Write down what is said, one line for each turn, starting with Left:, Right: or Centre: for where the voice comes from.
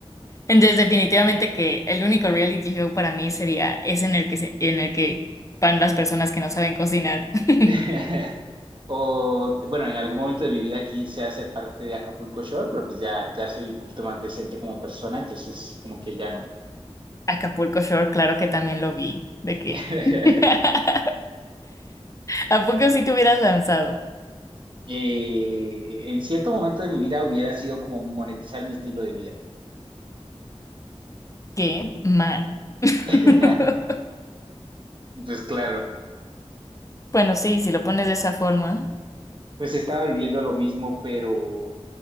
Left: Entonces, definitivamente que el único reality show para mí sería ese en el que se- en el que van las personas que no saben cocinar. <laughs>
Right: <laughs> O, bueno, en algún momento de mi vida quise hacer parte de Acapulco Shore, pero pues ya, ya soy un poquito más decente como persona, entonces como que ya no.
Left: Acapulco Shore, claro que también lo vi. ¿De qué?
Right: <laughs>
Left: <laughs> ¿A poco si te hubieras lanzado?
Right: Eh, en cierto momento de mi vida hubiera sido como monetizar mi estilo de vida.
Left: Qué mal. <laughs>
Right: <laughs> Pues claro,
Left: Bueno, sí, si lo pones de esa forma,
Right: Pues estaba viviendo lo mismo, pero